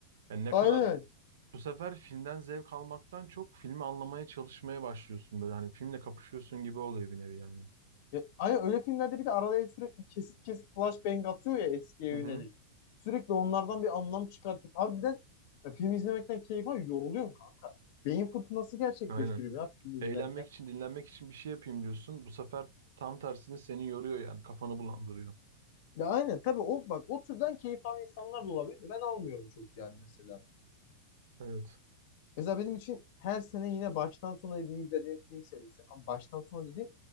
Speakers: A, on the right; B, on the left.
A: Yani ne
B: Aynen.
A: kadar Bu sefer filmden zevk almaktan çok filmi anlamaya çalışmaya başlıyorsun böyle hani filmle kapışıyorsun gibi oluyor bir nevi yani.
B: Ya, aynen öyle filmlerde bir de araya sürekli kesit kesit flashbang atıyor ya eskiye yönelik.
A: Hı hı.
B: Sürekli onlardan bir anlam çıkartıp harbiden ya, film izlemekten keyif alıyor. Yoruluyorsun kanka. Beyin fırtınası gerçekleştiriyor
A: Aynen.
B: ya film
A: Eğlenmek
B: izlerken.
A: için, dinlenmek için bir şey yapayım diyorsun. Bu sefer tam tersini seni yoruyor yani kafanı bulandırıyor.
B: Ya aynen tabii o bak o türden keyif alan insanlar da olabilir. de Ben almıyorum çok yani mesela.
A: Evet.
B: Mesela benim için her sene yine baştan sona bir izlediğim film serisi. Ama baştan sona dediğim